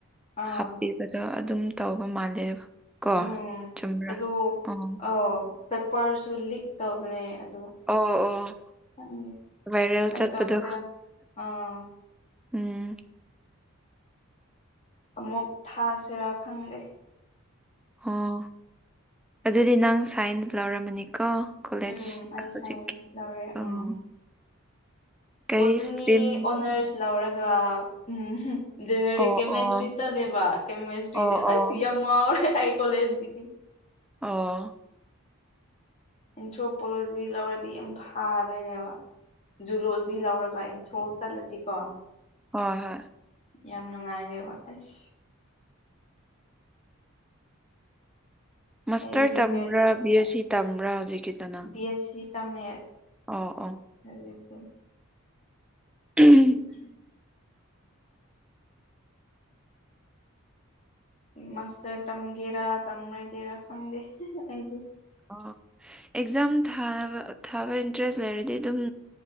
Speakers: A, on the left; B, in the centre.
A: ꯑꯥ
B: ꯍꯥꯞꯄꯤꯌꯨ ꯑꯗꯣ ꯑꯗꯨꯝ ꯇꯧꯕ ꯃꯥꯜꯂꯦ ꯀꯣ
A: ꯎꯝ
B: ꯆꯨꯝꯕ꯭ꯔꯥ
A: ꯑꯗꯨ
B: ꯑꯣ
A: ꯑꯥꯎ ꯄꯦꯄꯔꯁꯨ ꯂꯤꯛ ꯇꯧꯕꯅꯦ ꯑꯗꯣ
B: ꯑꯣ ꯑꯣ
A: ꯈꯪꯗꯦ
B: ꯚꯥꯏꯔꯦꯜ
A: ꯀꯃꯥꯏꯅ
B: ꯆꯠꯄꯗꯣ
A: ꯇꯧꯁꯤꯔꯥ ꯑꯥ
B: ꯎꯝ
A: ꯑꯃꯨꯛ ꯊꯥꯁꯤꯔꯥ ꯈꯪꯗꯦ
B: ꯑꯣ ꯑꯗꯨꯗꯤ ꯅꯪ ꯁꯥꯏꯟ ꯂꯧꯔꯝꯃꯅꯤꯀꯣ ꯀꯣꯂꯦꯖ
A: ꯎꯝ ꯑꯩ
B: ꯍꯧꯖꯤꯛꯀꯤ
A: ꯁꯥꯏꯟꯁ ꯂꯧꯔꯦ
B: ꯑꯣ
A: ꯎꯝ
B: ꯀꯔꯤ
A: ꯕꯣꯠꯇꯅꯤ
B: ꯏꯁꯇ꯭ꯔꯤꯝ
A: ꯑꯣꯅꯔꯁ ꯂꯧꯔꯒ ꯎꯝ ꯖꯅꯔꯤꯛ
B: ꯑꯣ
A: ꯀꯦꯃꯦꯁꯇ꯭ꯔꯤ
B: ꯑꯣ
A: ꯆꯠꯂꯦꯕ ꯀꯦꯃꯦꯁꯇ꯭ꯔꯤꯗꯤ
B: ꯑꯣ ꯑꯣ
A: ꯑꯩꯁ ꯌꯥꯝ ꯉꯥꯎꯔꯦ ꯑꯩ ꯀꯣꯂꯦꯖꯒꯤꯗꯤ
B: ꯑꯣ
A: ꯑꯦꯟꯊ꯭ꯔꯣꯄꯣꯂꯣꯖꯤ ꯂꯧꯔꯗꯤ ꯌꯥꯝ ꯐꯥꯗꯣꯏꯅꯦꯕ ꯖꯨꯂꯣꯖꯤ ꯂꯧꯔꯒ ꯑꯦꯟꯊ꯭ꯔꯣ ꯆꯠꯂꯗꯤꯀꯣ
B: ꯍꯣꯏ ꯍꯣꯏ
A: ꯌꯥꯝ ꯅꯨꯡꯉꯥꯏꯔꯦ ꯋꯥ ꯑꯩꯁ
B: ꯃꯥꯁꯇꯔ
A: ꯑꯩ ꯔꯤꯒ꯭ꯔꯦꯠ
B: ꯇꯝꯕ꯭ꯔꯥ
A: ꯌꯥꯝ ꯆꯥꯔꯦ
B: ꯕꯤ ꯑꯦꯁ ꯁꯤ ꯇꯝꯕ꯭ꯔꯥ ꯍꯧꯖꯤꯛꯀꯤꯗꯨꯅ
A: ꯕꯤ ꯑꯦ ꯁꯤ ꯇꯝꯃꯦ
B: ꯑꯣ ꯑꯣ
A: <unintelligible>
B: <unintelligible>
A: <inaudible> ꯃꯥꯁꯇꯔ ꯇꯝꯒꯦꯔꯥ ꯇꯝꯔꯣꯏꯗꯦꯔꯥ ꯈꯪꯗꯦ ꯑꯩꯗꯤ
B: ꯑꯣ ꯑꯦꯛꯖꯥꯝ ꯊꯥꯕ ꯊꯥꯕ ꯏꯟꯇꯔꯦꯁ ꯂꯩꯔꯗꯤ ꯑꯗꯨꯝ